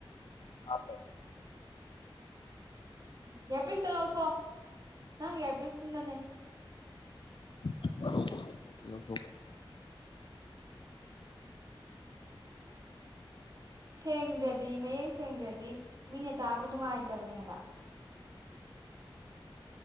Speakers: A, on the left; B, on the right.
A: ꯍꯥꯞꯄ‌‌ꯦ
B: ꯏꯌꯥꯔꯄꯤꯁꯇꯣ ꯂꯧꯊꯣ ꯅꯪ ꯏꯌꯥꯔꯄꯤꯁꯇꯨꯅꯅꯦ
A: <unintelligible> ꯀꯦ
B: ꯁꯦꯡꯗ꯭ꯔꯗꯤ ꯃꯌꯦꯛ ꯁꯦꯡꯗ꯭ꯔꯗꯤ ꯃꯤꯅ ꯇꯥꯕ ꯅꯨꯡꯉꯥꯏꯇꯕꯅꯦ ꯍꯥꯏꯕ